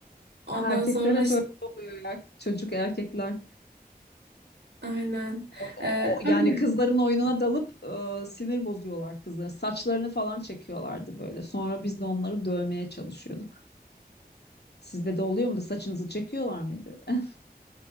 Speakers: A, on the right (about 85°); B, on the left (about 85°).
A: Ondan
B: Erkekler
A: sonra
B: hep
A: işte
B: öyle oluyor ya. Çocuk erkekler.
A: aynen.
B: O- o-
A: Ee,
B: yani
A: öyle.
B: kızların oyununa dalıp e, sinir bozuyorlar kızların. Saçlarını falan çekiyorlardı böyle. Sonra biz de onları dövmeye çalışıyorduk. Sizde de oluyor muydu? Saçınızı çekiyorlar mıydı? <laughs>